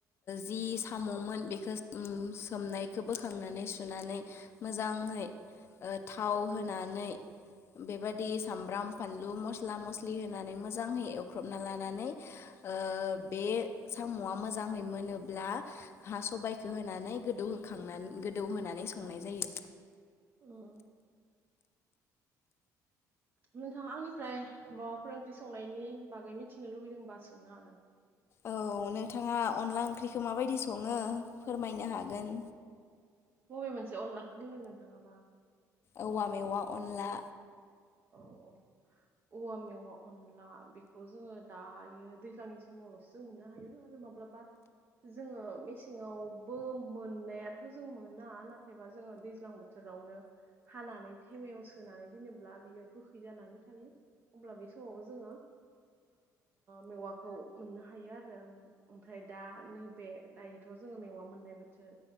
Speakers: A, on the left; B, on the right.
A: जि साम'मोन बेखौ ओ सोमनायखौ बोखांनानै सुनानै मोजांहै ओ थाव होनानै बेबादि सामब्राम, फानलु, मस्ला-मस्लि होनानै मोजाङै एवख्रबना लानानै औ बे साम'आ मोजाङै मोनोब्ला हा सबाइखौ होनानै गोदौ बोखांनानै गोदौ होनोनानै संनाय जायो।
B: औ नोंथाङा आंनिफ्राय माबाफोर ओंख्रि संनायनि बागै मिथिनो लुबैदोंबा सोंनो हागोन।
A: औ नोंथाङा अनला ओंख्रिखौ माबायदि सङो फोरमायनो हागोन?
B: बबे मोनसे अनलाखौ बुंदों नोंथाङाबा?
A: औवा मेवा अनला।
B: औ औ औवा मेवा अनला बेखौ जोङो दायो दैलांनि समावल'सो जों मोननो हायो आरो माब्लाबा जोङो मेसेङावबो मोननायाथ' जों मोना नाथायबा जोङो दैज्लां बोथोर <unintelligible> नो हानानै थेमायाव सोनानै दोनोब्ला बियो गोखै जानानै थायो होमब्ला बे समावबो जोङो मेवाखौ मोननो हायो आरो ओमफ्राय दा नैबे दायो थ' जोङो मेवा मोननाय बोथोर